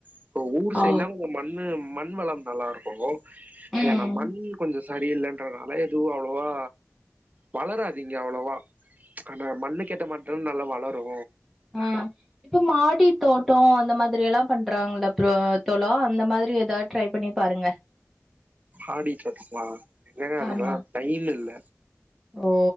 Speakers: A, on the right; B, in the centre.
A: இப்ப ஊர் சைட்னா
B: ஆ.
A: உங்க மண்ணு மண் வளம் நல்லாருக்கு
B: ம்.
A: என்னா மண் கொஞ்சோ சரியில்லன்றதுனால எதுவு அவ்ளோவா வளராது இங்க அவ்ளோவா ஆனா மண்ணு கேட்ட மாட்டா நல்லா வளரூ
B: ஆஹ் இப்ப மாடி தோட்டோ அந்த மாதிர் டி எல்லா பண்றாங்கல்ல ப்ரோ தோழா அந்த மாதிரி எதாது ட்ரை பண்ணி பாருங்க
A: மாடி‌ தோட்டமா இல்லங்க அதுக்கல்லா
B: ஆமா
A: டைம் இல்ல
B: ஓ